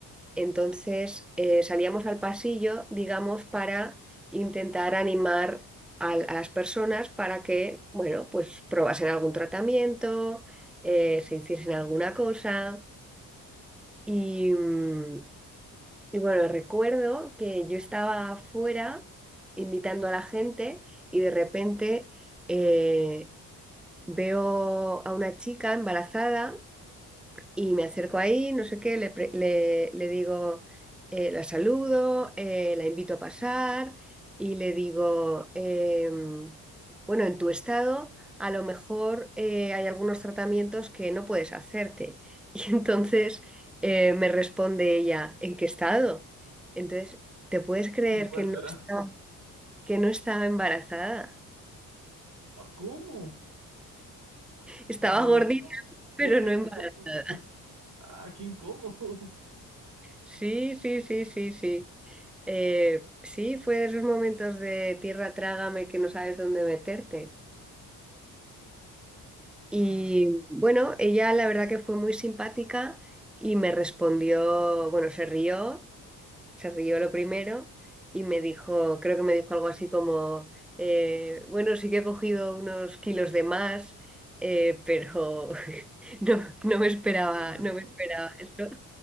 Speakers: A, in the centre; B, on the right.
A: Entonces eh, salíamos al pasillo, digamos, para intentar animar a, a las personas para que, bueno, pues probasen algún tratamiento, eh, se hiciesen alguna cosa. Y, mm, y bueno, recuerdo que yo estaba afuera invitando a la gente y de repente eh, veo a una chica embarazada y me acerco ahí, no sé qué, le, pre- le- le digo, eh, la saludo, eh, la invito a pasar y le digo, em, bueno, en tu estado a lo mejor eh, hay algunos tratamientos que no puedes hacerte. <laughs> Y entonces eh, me responde ella, ¿en qué estado? Entonces, ¿te puedes creer
B: <laughs>
A: que no
B: ¿Cuál será?
A: estaba, que no estaba embarazada?
B: Ah, ¿cómo?
A: Estaba
B: No,
A: gordita, pero
B: veo.
A: no embarazada.
B: Ah, qué incómodo.
A: Sí, sí, sí, sí, sí. Eh, sí, fue de esos momentos de tierra trágame que no sabes dónde meterte. Y
B: Ah,
A: bueno, ella la verdad que fue muy simpática y me respondió, bueno, se rió, se rió lo primero y me dijo, creo que me dijo algo así como, eh, bueno, sí que he cogido unos kilos de más, eh, pero <laughs> no, no me esperaba,
B: no.
A: no me esperaba esto.